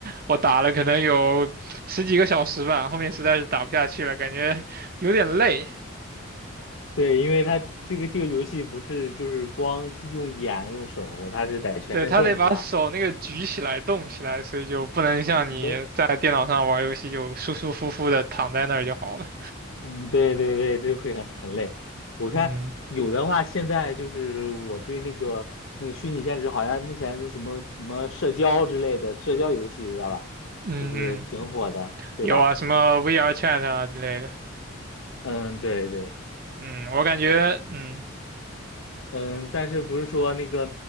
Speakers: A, on the right; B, on the left.
A: 我打了可能有十几个小时吧，后面实在是打不下去了，感觉有点累。
B: 对，因为它这个这个游戏不是就是光用眼用手，它是得全身动，
A: 对，他得把手那个举起来、
B: 是吧？
A: 动起来，所以就不能像你在电脑上玩游戏就舒舒服服的躺在那儿就好了。
B: 嗯，嗯，对对对，这会很很累。我看有的话，
A: 嗯
B: 现在就是我对那个那个虚拟现实，好像目前就是什么什么社交之类的社交游戏，知道吧？
A: 嗯嗯，
B: 就是挺火的，对吧？
A: 有啊，什么 VR Chat 啊之类的。
B: 嗯，对对。
A: 嗯，我感觉，嗯
B: 嗯，但是不是说那个